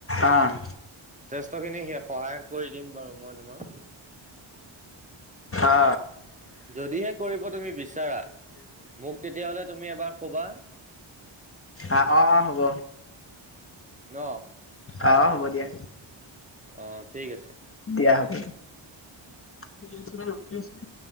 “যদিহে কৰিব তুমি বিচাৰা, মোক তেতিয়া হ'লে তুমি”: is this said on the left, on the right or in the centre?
Right